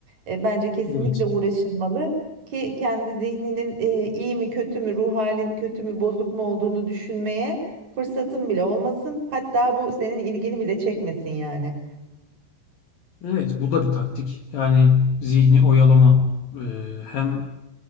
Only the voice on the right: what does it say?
E, bence kesinlikle
uğraşılmalı ki kendi zihninin e, iyi mi kötü mü, ruh halin kötü mü, bozuk mu olduğunu düşünmeye fırsatın bile olmasın. Hatta bu senin ilgini bile çekmesin yani.